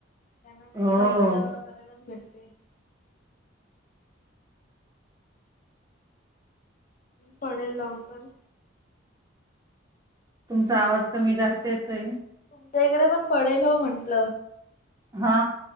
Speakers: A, on the left; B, on the right.
A: त्यांना काही
B: हो.
A: मज करायलाच भेटतय. पडेल लवकर
B: तुमचा आवाज कमी जास्त येतोय.
A: तुमच्या इकडे पण पडेल हो म्हंटल.
B: हा